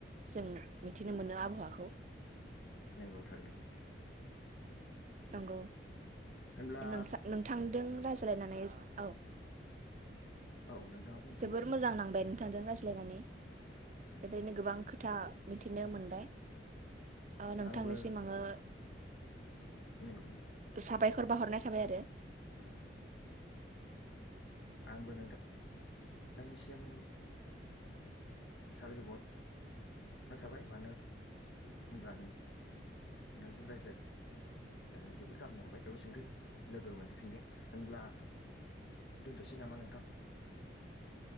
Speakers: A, on the right; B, on the left.
A: जों मिथिनो मोनो आबहावाखौ।
B: नोंगौ थारैनो।
A: नोंगौ।
B: होनब्ला
A: नोंसा नोंथांदों रायज्लायनानै औ
B: औ नोंथाङा बुंफिन
A: जोबोर
B: दे
A: मोजां नांबाय नोंथांजों रायज्लायनानै
B: उम
A: बेबायदिनो गोबां खोथ खोथा मिथिनो मोनबाय। ओ नोंथांनिसिम
B: आंबो
A: आङो
B: <unintelligible>
A: साबायखर बावहरनाय थाबाय आरो।
B: ओ। आंबो नोंथांनिसिम साबायखर बाव नायथाबाय मानो होनब्ला नों नोंसिजों रायज्लाय नानै जोबोद गाहाम नांबाय थेवबो सोंफिन लोगो मोनजोबफिनगोन होनब्ला दोनथ'सै नामा नोंथां